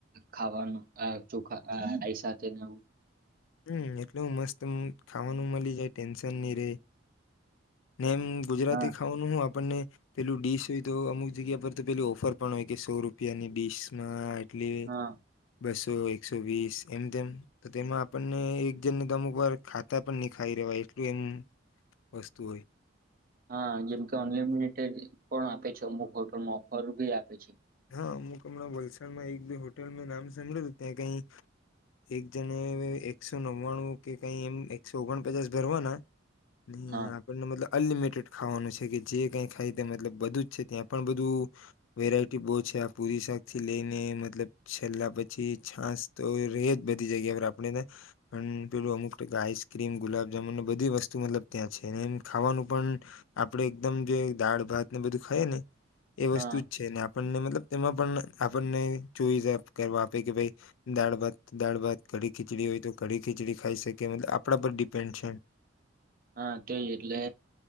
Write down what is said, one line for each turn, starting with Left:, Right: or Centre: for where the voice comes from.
Right: ખાવાનું ચોખા સાથે ને આવું.
Left: હમ એટલું મસ્ત ખાવાનું મળી જાય ટેન્શન નહી રે. ને એમ ગુજરાતી
Right: હા
Left: ખાવાનું હું આપણને. પેલું ડીશ હોય તો અમુક જગ્યા પર તો પેલી ઓફર પણ હોય કે સૌ રૂપિયાની ડીશ માં એટલી
Right: હા
Left: બસ ો એકસૌ વીસ એમ તેમ તો તેમાં આપણને એક જણને તો અમુક વાર ખાતા પણ નહી ખાઈ રવાય, એટલું એમ વસ્તુ હોય.
Right: હા જેમ કે અનલિમિટેડ પણ આપે છે અમુક હોટલમાં ઓફર ભી આપે છે.
Left: હા હુક હમણાં વલસાડમાં એક બે હોટેલ ન નામ સાભળલું ત્યાં કઈ, એક જને એકસૌ નવ્વાણું કે કઈ એમ એકસૌ ઓગણ પચાસ ભરવાના. ન
Right: હા
Left: આપણ મતલબ અનલિમિટેડ ખાવાનું છે કે જે કઈ ખાય તે મતલબ બધું જ છે, ત્યાં પણ બધું વેરાયટી બહુ છે આ પુરી શાક થી લઈને મતલબ છેલ્લા પછી છાસ તો ર જ બધી જગ્યા પર આપણેને પણ, પેલું અમુક ટકા આઈસક્રીમ ગુલાબ જામુન બધી વસ્તુ મતલબ ત્યાં છે ને એમ ખાવાનું પણ, આપડે એકદમ જે દાળ ભાત ને બધું ખાઈએ ને. એ વસ્તુ
Right: હા
Left: જ છે ને આપ લ તેમાં પણ આપણને કરવા આપે કે ભાઈ દાળ ભાત દાળ ભાત, કડી ખીચડી હોય તો કડી ખીચડી ખાઈ શકે મતલબ આપણા પર ડિપેન્ડ છે.
Right: હા તેય એટલે